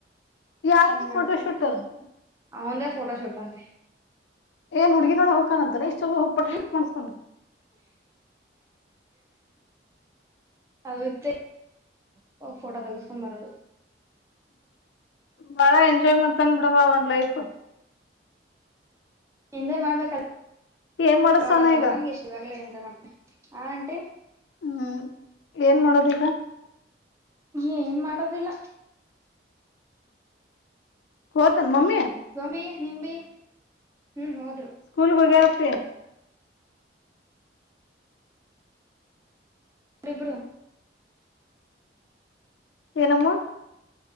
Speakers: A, on the left; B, on the right.
A: ಯಾರದು
B: ಏನ್ ಮಾಡಿಸ್ತಾನ
A: ಫೋಟೋ ಶೂಟ್
B: ಏನ್ ಮಾಡ್ತಾನ ಅವಂದೇ ಫೋಟೋ ಶೂಟ್ ಅಂತೆ
A: ಏ ಹುಡುಗಿ ನೋಡಹಕಾ ಅಂತನೆ ಇಷ್ಟ ಹೋಗಬಟ್ಟು
B: ಹ್ಮ್
A: <unintelligible> ಶಿ್ಟ ಮಾಡಸ್ಕೊಂಡು
B: ಅದುತ್ತ ಫೋಟೋ ತಗ್ಸ್ಕೊಂಡ್ ಬರದು
A: ಬಾಳ ತನ್ ಬಿಡವ ಒಂದ್ ಲೈಫ್.
B: ಎಂಜಾಯ್ ಮಾಡ್ಬೇಕಲ್ಲ
A: ಏನ್ ಮಾಡಸಾನ
B: ನೋಡಕನೋರಂಗ
A: ಈಗ
B: ಇಷ್ಟ್ ಇವಾಗ್ಲೇ ಎಂಜಾಯ್ ಮಾಡ್ಬೇಕ ಆ ಅಂಟಿ.
A: ಹ್ಮ್ ಏನ್ ಮಾಡೋದ ಈಗ.
B: ಏನ್ ಮಾಡೋದಿಲ್ಲ.
A: ಹೋತನ್ ಮಮ್ಮಿ.
B: ಗೊಂಬಿ ನಿಂಬಿ ಹ್ಮ್ ಹೋದ್ರು.
A: ಸ್ಕೂಲ್ ಹೋಗರೇಅಪ್ಪಿ.
B: ರಿಬರು.
A: ಏನ ಅಮೋ.